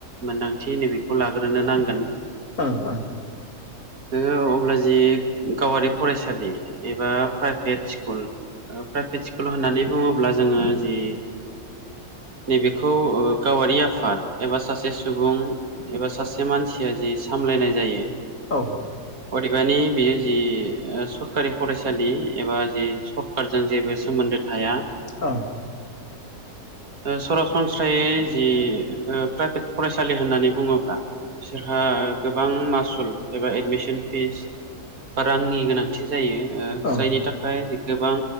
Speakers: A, on the right; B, on the left.
A: मोन्दांथि नैबेखौ लाग्रोनो नांगोन।
B: ओ ओ।
A: <unintelligible> अब्ला जि गावारि फरायसालि एबा प्राइभेट स्कुल प्राइभेट स्कुल होननानै बुङोब्ला जोङो जि नैबेखौ ओ गावारि आफाद एबा सासे सुबुं एबा सासे मानसिया जि सामलायनाय जायो
B: औ
A: अदेबानि बेयो जि सरकारि फराय सालि एबा जि सरखारजों जेबो सोमोन्दो थाया
B: औ।
A: सरासनस्रायै जि प्राइभेट फरायसालि होननानै बुङोब्ला बिसोरहा गोबां मासुल एबा एडमिसन फिस बा रांनि गोनां थि जायो
B: औ ओं
A: जायनि थाखाय गोबां